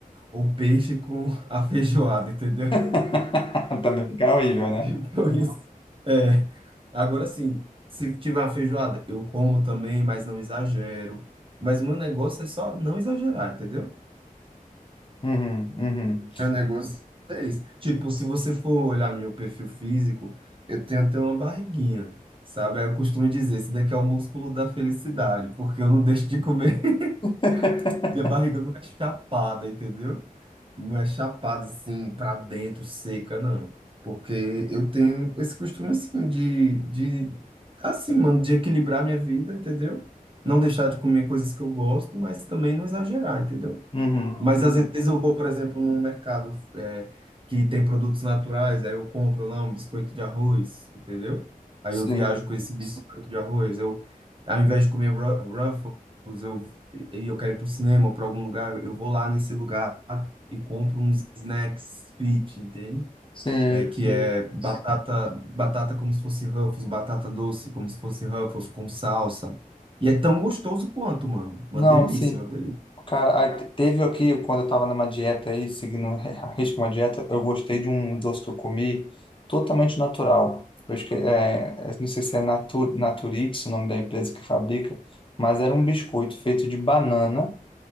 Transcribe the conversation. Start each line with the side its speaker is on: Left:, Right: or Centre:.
Right: o peixe com <laughs> a feijoada, entendeu?
Left: <laughs> Também fica horrível,
Right: <laughs>
Left: né?
Right: Depois, é, agora sim, se tiver uma feijoada, eu como também, mas não exagero. Mas o meu negócio é só não exagerar, entendeu?
Left: Uhum, uhum.
Right: Meu negócio é esse. Tipo, se você for olhar meu perfil físico, eu tenho até uma barriguinha, sabe? Aí eu costumo dizer, esse daqui é o músculo da felicidade, porque eu não <laughs> deixo de comer.
Left: <laughs>
Right: <laughs> Minha barriga não é chapada, entendeu? Uma chapada assim pra dentro, seca, não. Porque eu tenho esse costume assim de, de assim, mano, de equilibrar minha vida, entendeu? Não deixar de comer coisas que eu gosto, mas também não exagerar, entendeu?
Left: Uhum,
Right: Mas
Left: uhum.
Right: às vezes eu vou, por exemplo, num mercado é, que tem produtos naturais, aí eu compro lá um biscoito de arroz, entendeu? Aí
Left: Sim,
Right: eu viajo com esse biscoito de arroz. Eu, ao invés de comer Ru- Ruffles, eu, e eu quero ir para o cinema, para algum lugar, eu vou lá nesse lugar e compro uns snacks fit, entende?
Left: sim,
Right: É, que
Left: sim.
Right: é batata, batata como se fosse Ruffles, batata doce como se fosse Ruffles com salsa. E é tão gostoso quanto, mano. Uma
Left: Não,
Right: delícia,
Left: sim.
Right: uma delícia.
Left: Cara, aí te- teve aqui, quando eu tava numa dieta aí, seguindo a risco uma dieta, eu gostei de um doce que eu comi totalmente natural. Eu esque- é, eu não sei se é Natur, Naturix, o nome da empresa que fabrica, mas era um biscoito feito de banana